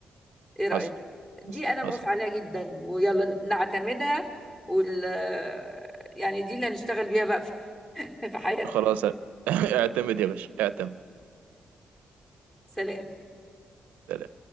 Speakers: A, on the left (about 25°); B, on the right (about 85°).
A: ايه رأيك
B: حصل
A: دي
B: حصل
A: انا
B: حصل
A: موافقة عليها جدا ويلا نعتمدها وال يعني دي اللي هنشتغل بيها بقى في <laughs> في حياتنا
B: خلاص <laughs> اعتمد يا باشا اعتمد
A: سلام
B: سلام